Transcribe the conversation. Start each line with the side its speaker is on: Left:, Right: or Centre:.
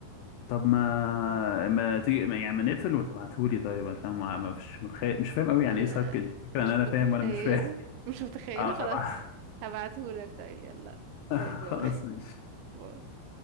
Left: طب ما ما تيجي ما- يعني ما نقفل وتبعتهولي طيب عشان ما ما فيش متخيل مش فاهم قوي يعني
Right: أم-
Left: إيه صك أنت فاكرة
Right: مش
Left: إن أنا فاهم
Right: متخيله
Left: وأنا مش فاهم <laughs>
Right: مش متخيله
Left: أه طبعا
Right: خلاص هبعتهولك طيب يلا
Left: <laughs>
Right: باي باي
Left: خلاص ماشي
Right: <laughs> باي